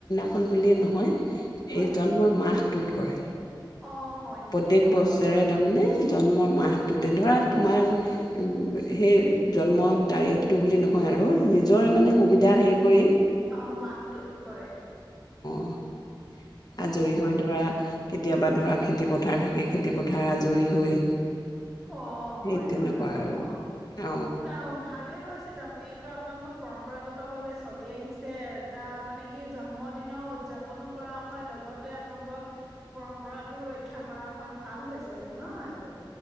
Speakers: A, on the left; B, in the centre.
A: খন বুলিয়েই নহয়
B: হয়
A: এই জন্মৰ মাহ তুট কৰে।
B: অ', হয় নেকি।
A: প্ৰত্যেক বছৰে
B: অ'।
A: তাৰমানে জন্মৰ মাহটোতে ধৰা। তোমাৰ‌ উম, সেই জন্মৰ তাৰিখটো বুলি নহয় আৰু নিজৰে মানে সুবিধা হেৰি কৰি
B: অহ্, মাহটোত কৰে।
A: উহ্। আজৰি
B: অ',
A: হৈ
B: হয়
A: ধৰা।
B: নেকি
A: কেতি কেতিয়াবা। ধৰাক খেতিপথাৰ থাকে। খেতিপথাৰ আজৰি হৈ
B: অ',
A: সেই
B: হয়
A: তেনেকুৱা
B: হয়, অহ্,
A: আৰু অ
B: ন ভালেই হৈ তাৰমানানে, এইটো আপোনালোকৰ পৰম্পৰাগত ভাৱে চলি আহিছে। এটা মানে কি জন্মদিন‌ও উদ্‌যাপন কৰা হয় লগতে আপোনালোকৰ পৰম্পৰাতটো ৰক্ষা কৰা হয়। ভাল হৈ ছে ন ইটো।